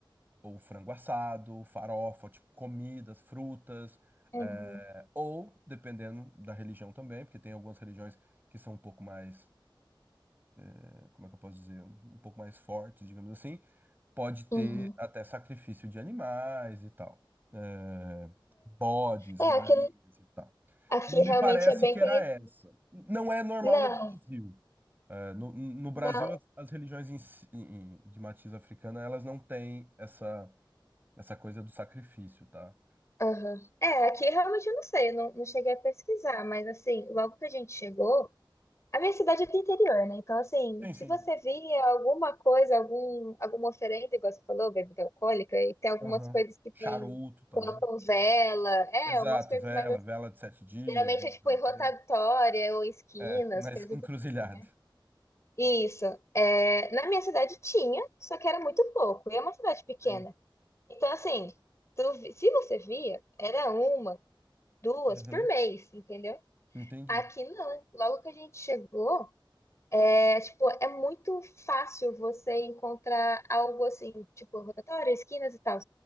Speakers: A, on the right (about 25°); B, on the left (about 35°).
A: ou frango assado, farofa, tipo comidas, frutas,
B: Uhum,
A: eh, ou dependendo da religião também, porque tem algumas religiões que são um pouco mais, eh, como é que eu posso dizer, um um pouco mais fortes, digamos assim, pode ter
B: uhum.
A: até sacrifício de animais e tal. Eh, bodes,
B: É,
A: galinhas
B: é aqui,
A: e tal.
B: aqui
A: Não me
B: realmente
A: parece
B: é bem
A: que
B: conhecido.
A: era essa. Não é normal
B: Não,
A: no Brasil. É, no, no Brasil,
B: não.
A: as, as religiões em si- em- de matiz africana, elas não têm essa, essa coisa do sacrifício, tá?
B: Aham. É, aqui realmente eu não sei, eu não, não cheguei a pesquisar, mas assim, logo que a gente chegou. A minha cidade é do interior, né? Então, assim,
A: Sim, sim.
B: se você via alguma coisa, algum, alguma oferenda, igual você falou, bebida alcoólica, e tem algumas
A: Aham.
B: coisas que tem,
A: Charuto também.
B: colocam vela, é,
A: Exato,
B: umas coisas
A: vela,
B: mais. assim.
A: vela de sete dias,
B: Geralmente
A: uma
B: é tipo
A: vela
B: em
A: preta.
B: rotatória ou esquinas,
A: É, na es-
B: coisas
A: encruzilhada.
B: do tipo, né? Isso. É, na minha cidade tinha, só que era muito pouco, e é uma cidade pequena.
A: Sim.
B: Então, assim, tu vi- se você via, era uma, duas
A: Uhum,
B: por mês, entendeu?
A: entendi.
B: Aqui não. Logo que a gente chegou. É, tipo, é muito fácil você encontrar algo assim, tipo, rotatória, esquinas e tal.